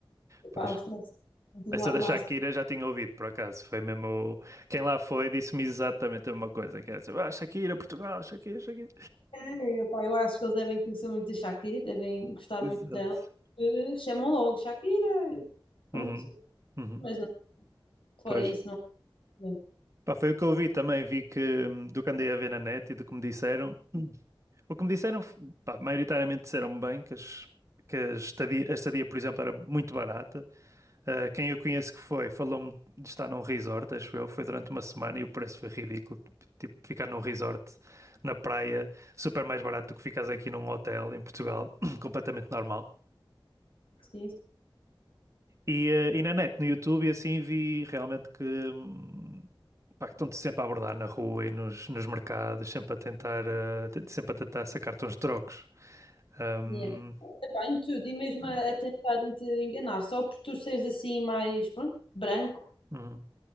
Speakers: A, on the left; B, on the right.
A: Porque,
B: Pois.
A: pá, vamos ter que continuar
B: Essa da
A: lá.
B: Shakira já tinha ouvido, por acaso. Foi mesmo. Quem lá foi disse-me exatamente a mesma coisa. Que era assim, ah, Shakira, Portugal, Shakira, Shakira.
A: É, pá, eu acho que eles devem conhecer muito da Shakira, devem gostar
B: Exato.
A: muito dela, porque chamam logo Shakira, e pronto,
B: Uhum. Uhum.
A: mas não, fora
B: Pois.
A: isso, não há problema.
B: Pá, foi o que eu vi também, vi que hum, do que andei a ver na net e do que me disseram. Hum. O que me disseram, pá, maioritariamente disseram bem que, as, que a estadia, a estadia, por exemplo, era muito barata. Ah, quem eu conheço que foi, falou-me de estar num resort, acho eu, foi durante uma semana e o preço foi ridículo. Tipo, ficar num resort na praia, super mais barato do que ficares aqui num hotel em Portugal, <clears throat> completamente normal.
A: Sim,
B: E, eh, e na net, no YouTube, e assim vi realmente que, hum, pá, que estão-te sempre a abordar na rua e nos, nos mercados, sempre a tentar, eh, te- sempre a tentar sacar uns trocos. Hum,
A: sim, é. Epá, em tudo, e mesmo a,
B: é.
A: a tentarem te enganar, só por tu seres assim mais, pronto, branco.
B: Uhum.